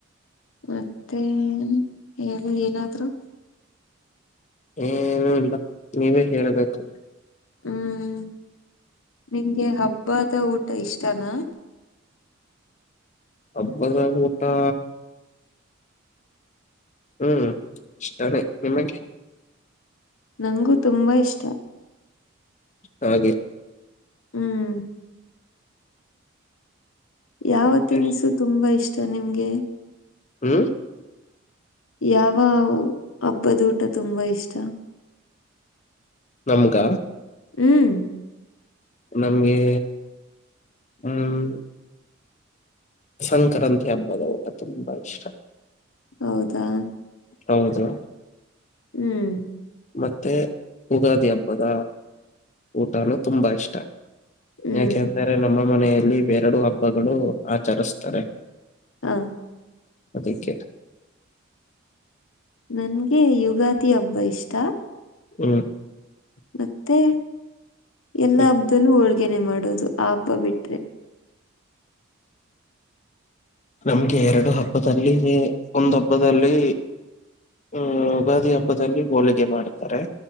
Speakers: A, on the left (about 75°); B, on the left (about 35°).
A: ಮತ್ತೆ ಹೇಳಿ ಏನಾದ್ರು
B: ಏನು ಇಲ್ಲ ನೀವೇ ಹೇಳ್ಬೇಕು
A: ಹ್ಮ್ ನಿಂಗೆ ಹಬ್ಬದ ಊಟ ಇಷ್ಟನಾ
B: ಅಬ್ಬದ ಊಟಾ ಹ್ಮ್ ಇಷ್ಟಾನೇ ನಿಮಗೆ
A: ನಂಗಗೂ ತುಂಬಾ ಇಷ್ಟ
B: ಹಾಗೆ
A: ಹ್ಮ್ ಯಾವ
B: ಮತ್ತೆ
A: ತಿನಿಸು ತುಂಬಾ ಇಷ್ಟ ನಿಮ್ಗೆ
B: ಹ್ಮ್
A: ಯಾವ ಹಬ್ಬದಊಟ ತುಂಬಾ ಇಷ್ಟ
B: ನಮ್ಗ
A: ಹ್ಮ್
B: ನಮ್ಗೆ ಹ್ಮ್ ಸಂಕ್ರಾಂತಿ ಹಬ್ಬದ ಊಟ ತುಂಬಾ ಇಷ್ಟ
A: ಹೌದಾ
B: ಹೌದು
A: ಹ್ಮ್
B: ಮತ್ತೆ ಯುಗಾದಿ ಹಬ್ಬದ ಊಟನೂ ತುಂಬಾ ಇಷ್ಟ
A: ಹ್ಮ್
B: ಯಾಕೆಂದರೆ ನಮ್ಮ ಮನೆಯಲ್ಲಿ ಎರಡೂ ಹಬ್ಬಗಳು ಆಚರಿಸುತ್ತಾರೆ
A: ಹಾ
B: ಅದಿಕ್ಕೇ
A: ನನ್ಗೆ ಯುಗಾದಿ ಹಬ್ಬ ಇಷ್ಟ
B: ಹ್ಮ್
A: ಮತ್ತೆ ಎಲ್ಲಾ
B: ಹ್ಮ್
A: ಹಬ್ಬದಲ್ಲೂ ಹೋಳಿಗೆ ಹೊಳಿಗೆನೇ ಮಾಡೋದು ಆ ಹಬ್ಬ ಬಿಟ್ರೆ
B: ನಮಗೆ ಎರಡು ಹಬ್ಬದಲ್ಲಿ ಒಂದು ಹಬ್ಬದಲ್ಲಿ ಹ್ಮ್ ಯುಗಾದಿ ಹಬ್ಬದಲ್ಲಿ ಹೋಳಿಗೆ ಮಾಡ್ತಾರೆ